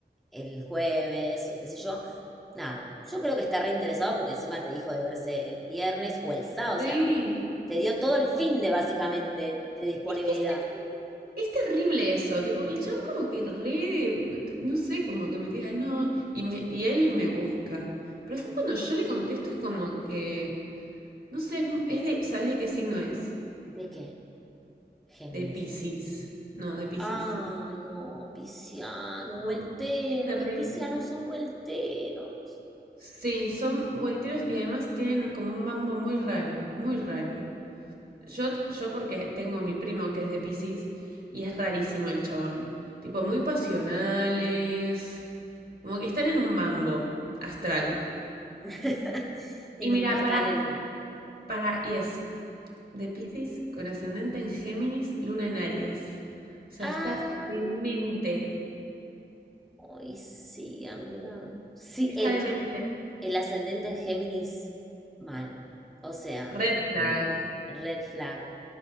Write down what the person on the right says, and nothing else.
sí,
es que es Es terrible eso, tipo, el chabón como que re, no sé, como que me diga no, y, me, y él me busca. Pero después cuando yo le contesto es como que, no sé, es, mu- es de, ¿sabes de qué signo es?
De Piscis. No, de Piscis.
No, es terrible.
Sí, son volteros y además tienen como un mambo muy raro, muy raro. Yo, t- yo porque tengo mi primo que es de Piscis y es rarísimo el chabón. Tipo, muy pasionales. Como que están en un mambo astral.
Y mira,
para,
para, y es de Piscis con ascendente en Géminis, luna en Aries. O sea,
está demente.
Está
demente.
Red flag.